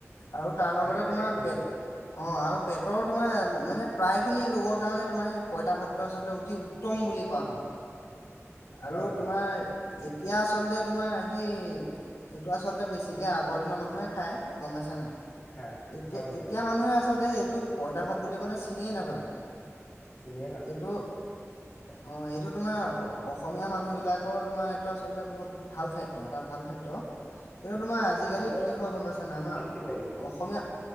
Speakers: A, on the left; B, on the left.
A: আৰু তাৰ লগতে
B: এনাৰ্জেটিক
A: তোমাৰ
B: কৰি
A: পে,
B: তোলে
A: অ' আৰু পেটৰ তোমাৰ মানে প্ৰায় খিনি ৰোগত কাৰণে তোমাৰ সেই, পঁইতা ভাতটো আচলতে অতি উত্তম বুলি কোৱা হয়। আৰু
B: হয়
A: তোমাৰ
B: হয়
A: এতিয়া আচলতে তোমাৰ, সেই এইটো আচলতে বেছিকে আগৰ দিনৰ মানুহে খাই গম পাইছা নাই?
B: খাই
A: এতিয়া
B: হয়
A: -এতিয়া
B: হয়
A: মানুহে আচলতে সেই, এইটো পইতা ভাত বুলি ক'লে চিনিয়ে নাপায়।
B: চিনিয়ে
A: সেইটো
B: নাপায়
A: অ', এইটো, তোমাৰ অসমীয়া মানুহ বিলাকৰ তোমাৰ এইটো আচলতে বহুত ভাল খাদ্য এটা ভাল খাদ্য। কিন্তু, তোমাৰ আজিকালি
B: সেইটো
A: কি হয় গম পাইছানা আমাৰ
B: ক'ব লাগিব
A: অসমীয়া,